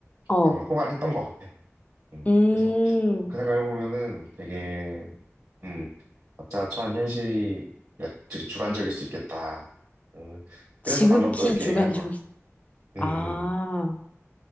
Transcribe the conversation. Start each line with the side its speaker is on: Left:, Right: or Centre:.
Left: 어.
Right: 방금 통화를 했던 것 같아. 음,
Left: 음.
Right: 그래서 그 생각해보면은 되게, 음, 각자 처한 현실이 즉 주관적일 수 있겠다. 음,
Left: 지극히
Right: 그래서 방금 또 이렇게
Left: 주관적이.
Right: 얘기한 것 같아. 음,
Left: 아,
Right: 음,